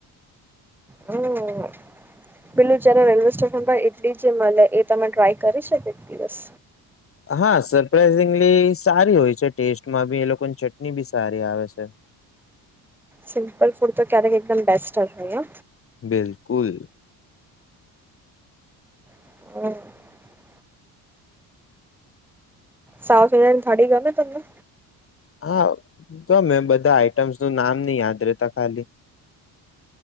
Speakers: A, in the centre; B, on the left (about 35°).
A: હમ પેલું જારે રેલવે સ્ટેશન પર ઇડલી જે મળે એ તમે ટ્રાય કરી શકો દિવસ.
B: હા સરપ્રાાઈઝિંગલી સારી હોય છે ટેસ્ટમાં બી એ લોકોની ચટણી બી સારી આવે છે.
A: સિમ્પલ ફૂડ તો ક્યારેક એકદમ બેસ્ટ હશે.
B: બિલકુલ.
A: હ <unintelligible> સાવ થ થડી ગ. તને.
B: હા તોમે બધા આઈટમ્સ નું નામ નહી યાદ રતા ખાલી.